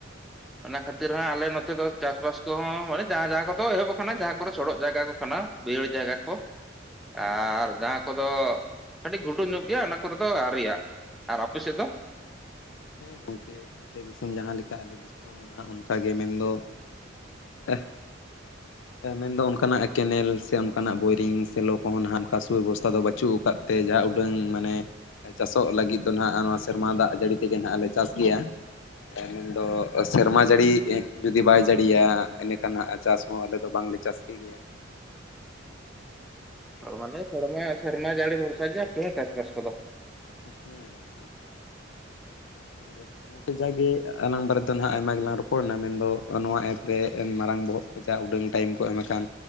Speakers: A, in the centre; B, on the left.
A: ᱚᱱᱟ ᱠᱷᱟᱹᱛᱤᱨ ᱦᱟᱸᱜ ᱟᱞᱮ ᱱᱚᱛᱮ ᱫᱚ ᱪᱟᱥᱵᱟᱥ ᱠᱚᱦᱚᱸ ᱢᱟᱱᱮ ᱡᱟᱦᱟᱸ ᱡᱟᱦᱟᱸ ᱠᱚᱫᱚ ᱮᱦᱚᱵ ᱟᱠᱟᱱᱟ ᱡᱟᱦᱟᱸ ᱠᱚᱫᱚ ᱥᱚᱰᱚᱜ ᱡᱟᱭᱜᱟ ᱠᱚ ᱠᱟᱱᱟ᱾ ᱵᱟᱺᱭᱦᱟᱹᱲ ᱡᱟᱭᱜᱟ ᱠᱚ᱾
B: <inaudible>
A: ᱟᱻᱨ
B: ᱟᱪᱪᱷᱟ
A: ᱡᱟᱦᱟᱸ ᱠᱚᱫᱚ ᱠᱟᱹᱴᱤᱡ ᱜᱷᱩᱰᱩ ᱧᱚᱜ ᱜᱮᱭᱟ, ᱚᱱᱟ ᱠᱚᱨᱮ ᱫᱚ ᱟᱹᱶᱨᱤ ᱭᱟ᱾ ᱟᱨ ᱟᱯᱮ ᱥᱮᱫ ᱫᱚ?
B: ᱦᱮᱸ ᱜᱚᱝᱠᱮ ᱟᱯᱮ ᱫᱤᱥᱚᱢ ᱡᱟᱦᱟᱸ ᱞᱮᱠᱟ ᱟᱞᱮ ᱫᱤᱥᱚᱢ ᱦᱚᱸ ᱱᱷᱟᱜ ᱚᱱᱠᱟᱜᱮ ᱢᱮᱱᱫᱚ᱾ ᱟᱦ ᱢᱮᱱᱫᱚ ᱚᱱᱠᱟᱱᱟᱜ ᱠᱮᱱᱮᱞ ᱥᱮ ᱚᱱᱠᱟᱱᱟᱜ ᱵᱳᱭᱨᱤᱝ ᱥᱮ ᱞᱚ ᱠᱚᱦᱚᱸ ᱱᱷᱟᱜ ᱚᱱᱠᱟ ᱥᱩᱵᱮᱵᱚᱥᱛᱷᱟ ᱫᱚ ᱵᱟᱹᱪᱩᱜ ᱟᱠᱟᱫ ᱛᱮ ᱡᱟ ᱩᱰᱟᱹᱝ ᱢᱟᱱᱮ ᱪᱟᱥᱚᱜ ᱞᱟᱹᱜᱤᱫ ᱫᱚ ᱱᱷᱟᱜ ᱱᱚᱶᱟ ᱥᱮᱨᱢᱟ ᱫᱟᱜ ᱡᱟᱹᱲᱤ ᱛᱮᱜᱮ ᱱᱷᱟᱜ ᱞᱮ ᱪᱟᱥ ᱠᱮᱫ-ᱟ᱾ ᱢᱮᱱᱫᱚ ᱥᱮᱨᱢᱟ ᱡᱟᱹᱲᱤ ᱡᱩᱫᱤ ᱵᱟᱭ ᱡᱟᱹᱲᱤᱭᱟ ᱤᱱᱟᱹᱠᱷᱟᱱ ᱱᱷᱟᱜ ᱪᱟᱥ ᱦᱚᱸ ᱟᱞᱮ ᱫᱚ ᱵᱟᱝᱞᱮ ᱡᱟᱥᱛᱤ ᱜᱮᱭᱟ᱾
A: ᱟᱹ ᱢᱟᱱᱮ ᱥᱮᱨᱢᱟ ᱥᱮᱨᱢᱟ ᱡᱟᱹᱲᱤ ᱵᱷᱚᱨᱥᱟ ᱜᱮ ᱟᱯᱮᱭᱟᱜ ᱪᱟᱥᱵᱟᱥ ᱠᱚᱫᱚ᱾
B: ᱦᱩᱸ ᱦᱩᱸ᱾ <inaudible> ᱟᱫᱚ ᱡᱟᱜᱮ ᱟᱞᱟᱝ ᱵᱟᱨᱮ ᱫᱚ ᱱᱷᱟᱜ ᱟᱭᱢᱟ ᱜᱮᱞᱟᱝ ᱨᱚᱯᱚᱲᱮᱱᱟ᱾ ᱢᱮᱱᱫᱚ ᱱᱚᱣᱟ ᱮᱯ ᱨᱮ ᱢᱟᱨᱟᱝ ᱵᱚᱦᱚᱜ ᱡᱟ ᱩᱰᱟᱹᱝ ᱴᱟᱭᱤᱢ ᱠᱚ ᱮᱢ ᱟᱠᱟᱱ᱾